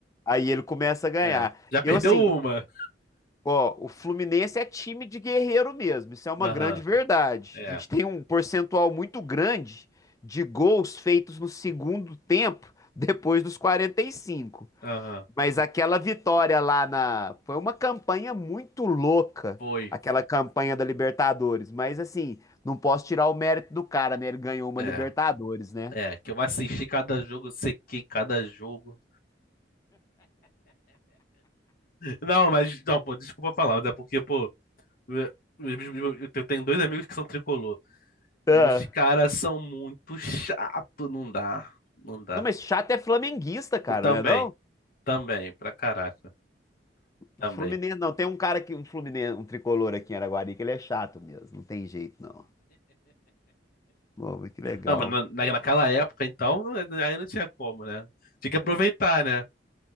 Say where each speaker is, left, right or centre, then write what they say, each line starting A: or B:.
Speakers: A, on the left; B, on the left.
A: Aí ele começa a ganhar.
B: é. Já perdeu
A: Eu, assim,
B: uma.
A: Ó, o Fluminense é time de guerreiro mesmo, isso é uma
B: Aham,
A: grande verdade.
B: é.
A: A gente tem um percentual muito grande de gols feitos no segundo tempo, depois dos 45.
B: Aham.
A: Mas aquela vitória lá na. Foi uma campanha muito louca,
B: Foi.
A: aquela campanha da Libertadores. Mas assim, não posso tirar o mérito do cara, né? Ele ganhou uma
B: É.
A: Libertadores, né?
B: É, que eu assisti cada jogo, eu sequei cada jogo. Não, mas, não, pô, desculpa falar, mas é porque, pô, eu, eu- eu tenho dois amigos que são tricolor.
A: Tá.
B: E os caras são muito chato, não dá. Não dá.
A: Não, mas chato é flamenguista, cara,
B: Também,
A: né? Não?
B: também, pra caraca, também.
A: Fluminense, não. Tem um cara que, um Fluminense, um tricolor aqui em Araguari, que ele é chato mesmo. Não tem jeito, não. Pô, mas que legal.
B: Não, mas na, na- naquela época, então, não- aí não tinha como, né? Tinha que aproveitar, né?